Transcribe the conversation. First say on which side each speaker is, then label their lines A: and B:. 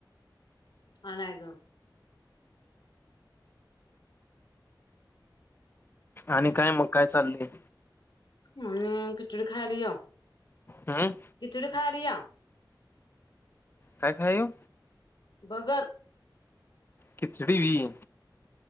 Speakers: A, on the left; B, on the left.
A: आणायज.
B: आणि काय मग, काय चाललंय?
A: अं खिचडी खायल य.
B: अं.
A: खिचडी खायला या.
B: काय खाय येऊ?
A: भगर.
B: खिचडी हुई.